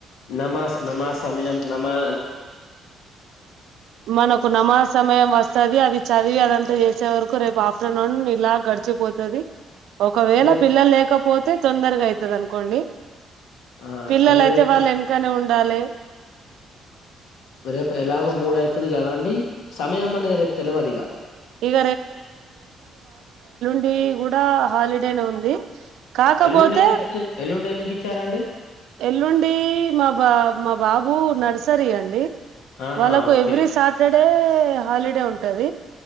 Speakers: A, on the left; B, on the right.
A: నామస్ నామస్ సమయం నామా
B: మనకు నమాసమే వస్తది అది చదివి అదంతా చేస్ వచ్చే వరకు రేపు ఆఫటర్నూన్ ఇలా గడిచిపోతది. ఒకవేళ
A: రేపు
B: పిల్లలు లేకపోతే తొందరగా అయితది అనుకోండి.
A: ఆ
B: పిల్లలయితే
A: కానీ రేపు
B: వాళ్ళు వెనకనే ఉండాలే.
A: రేపు ఎలాగో మూడు అయితది కదండి సమయం అనేది రేపు తెలువదు ఇగా.
B: ఇక ఇది కూడా హాలిడేనే ఉంది. కాకపోతే
A: ఎల్లుండి ఎందుకు ఇచ్చ ఎల్లుండి ఎందుకు ఇచ్చారండి
B: ఎల్లుండి మా బా మా బాబు నర్సరీ అండి.
A: ఆహా
B: వాళ్ళకు
A: okay
B: every Saturday holiday ఉంటది.